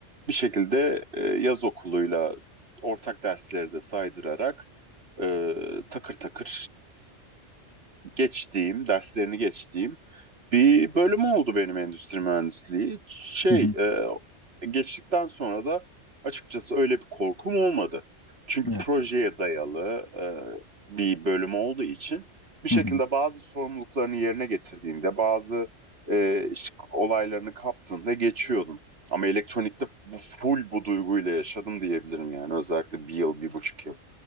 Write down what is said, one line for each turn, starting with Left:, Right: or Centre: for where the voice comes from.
Right: Bir şekilde e, yaz okuluyla ortak dersleri de saydırarak e, takır takır geçtiğim, derslerini geçtiğim bir bölüm oldu benim endüstri mühendisliği. Şey,
Left: Hı hı.
Right: e, geçtikten sonra da açıkçası öyle bir korkum olmadı. Çünkü
Left: Evet.
Right: projeye dayalı e, bir bölüm olduğu için bir şekilde
Left: Hı hı.
Right: bazı sorumluluklarını yerine getirdiğinde, bazı e, iş- olaylarını kaptığında geçiyordun. Ama elektronikte bu full bu duyguyla yaşadım diyebilirim yani özellikle bir yıl, bir buçuk yıl.